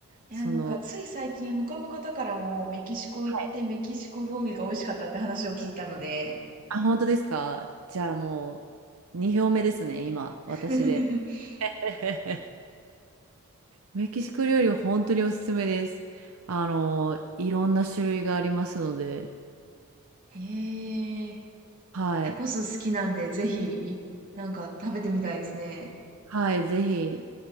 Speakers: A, on the right; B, on the right.
A: いや、
B: その、
A: なんかつい最近他の方からもメキシコ行ってメキシコ料理が美味しかったって話を聞いたので。
B: はい。あ、本当ですかじゃあもう2票目ですね、今、
A: <laughs>
B: 私で。<laughs> メキシコ料理は本当におすすめです。あの、いろんな種類がありますので、
A: へ
B: はい。
A: タコス好きなんで、ぜひ、いなんか食べてみたいですね。
B: はい、ぜひ。